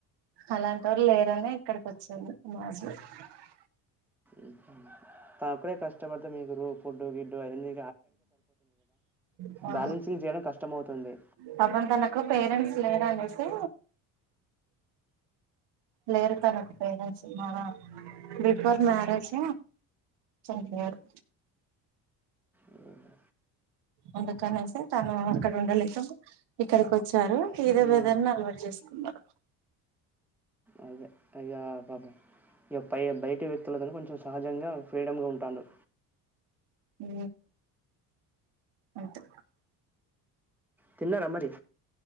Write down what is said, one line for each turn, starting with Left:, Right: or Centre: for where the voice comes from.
Right: అలాంటి ఓళ్ళు లేరునే ఇక్కడికి వచ్చింది. <unintelligible>
Centre: ఇంకా తానొక్కడే కష్టపడితే మీకు రూమ్ ఫుడ్డు గిడ్డు అయి అన్ని
Right: హు ఆ
Centre: బ్యాలెన్సింగ్ చేయడం కష్టమవుతుంది.
Right: పాపం తనకు పేరెంట్స్ లేరూ ఆనేసి లేరు తనకు పేరెంట్స్ మ బిఫోర్ మ్యారేజ్ చనిపోయారు.
Centre: అవునా
Right: అందుకనేసి తను అక్కడ ఉండలేక ఇక్కడికి వచ్చి చ్చారు ఏదో
Centre: హ్మ్.
Right: విధాన అలవాటు చేసుకున్నారు.
Centre: అదే ఇక పాబ ఇక పై, బయటి వ్యక్తులతో కొంచెం సహజంగా ఫ్రీడమ్ గా ఉంటారూ
Right: హు అంతే
Centre: తిన్నారా మరి